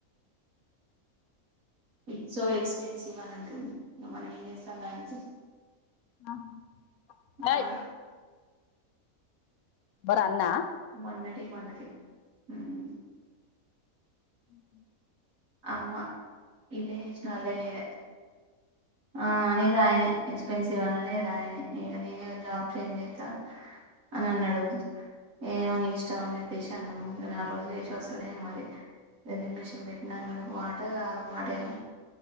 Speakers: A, on the right; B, on the left.
A: ఇట్ సో ఎక్స్పెన్సివ్ అన్ అంటుండ్ ఇంగ్ మనం ఏం చేస్తాం దానికి
B: అహ బై
A: ఆ
B: భరన్నా
A: మొన్నటి మొన్నటి ఉ
B: ఉహు
A: అమ్మా ఇల్లె ఏష్ణా అల్ల ఎయ్యలె ఆ అనేద్ ఆయనే ఎక్స్పెన్సివ్ అని అనేద్ ఆయనే ఇగ నేనే జాబ్ చేంజ్చెత్తా అన్ అన్నడు ఏమో నీ ఇష్టం అన్ చెప్పేశన్న ఇగ నాల్ రోజ్ జేశ్ ఒస్తడేమో మరి రిజనేషన్ బెట్నా అన్నద్ ఒక మాట ఒక మాటేమో